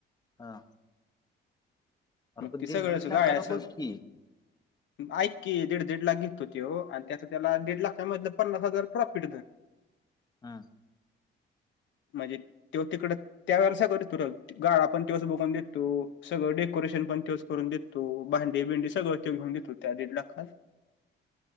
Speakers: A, on the left; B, on the left.
A: हा. अरे
B: मग
A: पण
B: ति
A: दीड
B: सगळं
A: दीड
B: सुद्धा
A: लाखाला
B: आचं.
A: बघ की
B: आईक की दीड दीड लाख घेतो ते हो आणि त्याच त्याला दीड लाखच्या मधलं पन्नास हजार प्रॉफिटर
A: हा.
B: म्हणजे तेव्हा तिकडं त्या वळेस का करत तु गाळ आपण तेवस बोगवून देतो. तो सगळं डेकोरेशन पण तच करून देतो भांडेडी भिंडी सगळं त घेऊन देतो त्या दीड लाखात.